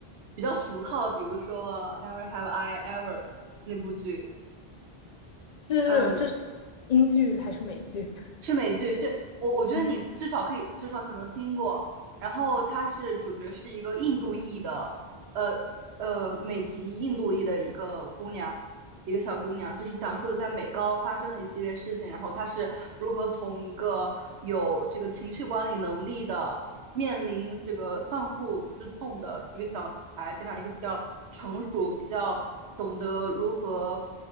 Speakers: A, on the right (about 85°); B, on the left (about 55°).
A: 比较俗套的比如说《Never Have I Ever》那部剧，
B: 这是这是
A: 嗯，
B: 英剧还是美剧？<laughs>
A: 是美剧，是我我觉得你至少可以，
B: 嗯
A: 至少可能听过。然后它是主角是一个印度裔的，呃呃，美籍印度裔的一个姑娘，一个小姑娘，就是讲述了在美高发生的一系列事情，然后她是如何从一个有这个情绪管理能力的，面临这个丧父之痛的一个小女孩，变成一个比较成熟、比较懂得如何